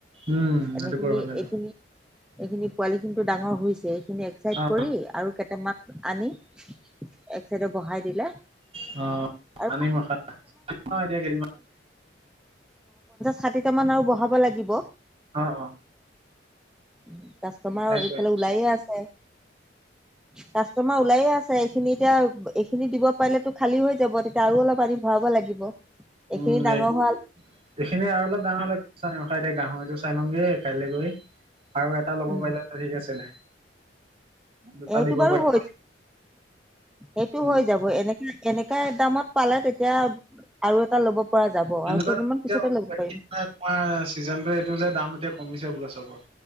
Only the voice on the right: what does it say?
উম সেইটো
কৰিব লাগিব।
অ
অ
আনিম ৰখা অ এতিয়া কেইদিনমান
অ
সেইটোৱে
উম
এইটো
সেইখিনি আৰু অলপ ডাঙৰ হলে- ৰখাই দে গাহৰিটো চাই লওঁগে কাইলৈ গৈ আৰু এটা ল'ব
পাৰিলে ঠিক আছিলে। দুটা
দিব
পাৰিব।
উম
এনেকুৱা
এতিয়া
তোমাৰ চিজন এইটো যে দাম এতিয়া কমিছে বোলে চবৰ।